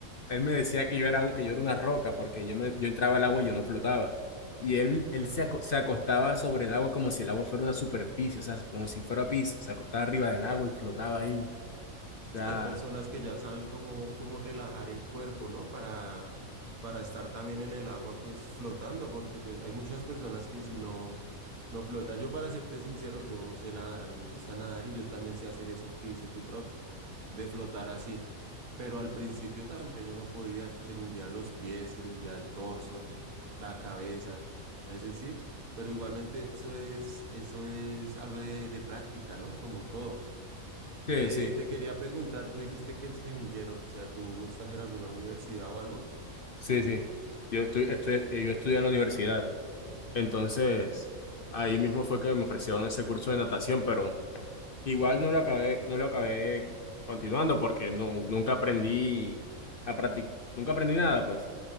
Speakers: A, on the left; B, on the right.
A: él me decía que yo era, un- que yo era una roca porque yo, me, yo entraba al agua y yo no flotaba. Y él,
B: <laughs>
A: él se, aco- se acostaba sobre el agua como si el agua fuera una superficie, o sea, como si fuera piso. Se acostaba arriba del agua y flotaba ahí. O sea,
B: Sí, hay personas que ya saben cómo, cómo relajar el cuerpo, ¿no? Para, para estar también en el agua, pues flotando, porque pues hay muchas personas que si no, no flotan. Yo, para serte sincero, yo sé nadar, a mí me gusta nadar y yo también sé hacer eso que dice tu profe, de flotar así. Pero al principio también yo no podía, se me hundían los pies, se me hundía el torso, la cabeza, es decir, pero igualmente eso es, eso es algo de, de práctica, ¿no? Como todo.
A: sí,
B: Eh,
A: sí,
B: te quería preguntar, tú dijiste que el semillero, o sea, ¿tú estás en alguna universidad o algo?
A: sí, sí. Yo, estoy estoy, eh, yo estudié en la universidad. Entonces, ahí mismo fue que me ofrecieron ese curso de natación, pero igual no lo acabé, no lo acabé continuando porque no, nunca aprendí a practicar, nunca aprendí nada, pues.